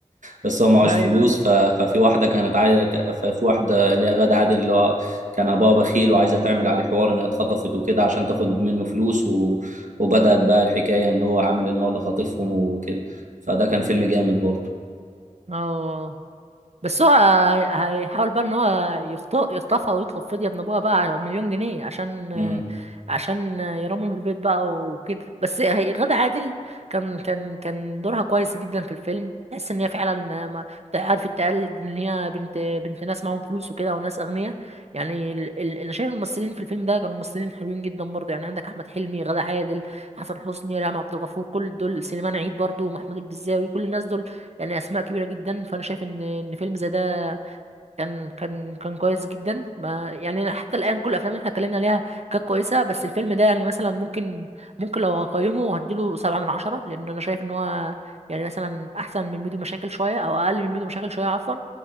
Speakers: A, on the right (about 75°); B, on the right (about 55°).
A: بس هو معهوش
B: ايوه
A: فلوس ف... ففي واحده كانت عايزه ك- ففي واحده اللي هي غادة عادل اللي هو كان ابوها بخيل وعايزه تعمل عليه حوار ان هي اتخطفت وكده عشان تاخد منه فلوس و... وبدات بقى الحكايه ان هو عامل ان هو اللي خاطفهم وكده فده كان فيلم جامد برضه
B: اه بس هو هي- هيحاول بقى ان هو يخط- يخطفها ويطلب فدية من ابوها بقى مليون جنيه عشان
A: مم.
B: عشان يرمم البيت بقى وكده بس هي غادة عادل كان كان كان دورها كويس جدا في الفيلم تحس ان هي فعلا ما عرفت تقلد ان هي بنت بنت ناس معاهم فلوس وكده وناس اغنياء يعني ال... ال... انا شايف الممثلين في الفيلم ده كانوا ممثلين حلوين جدا برضه يعني عندك احمد حلمي غادة عادل حسن حسني ريهام عبد الغفور كل دول سليمان عيد برضه محمود البزاوي كل الناس دول يعني اسماء كبيره جدا فانا شايف ان ان فيلم زي ده كان كان كان كويس جدا ما يعني أنا حتى الان كل الافلام اللي احنا اتكلمنا عليها كانت كويسه بس الفيلم ده يعني مثلا ممكن ممكن لو هقيمه هديله سبعة من عشرة لان انا شايف ان هو يعني مثلا احسن من ميدو مشاكل شويه او اقل من ميدو مشاكل شويه عفوا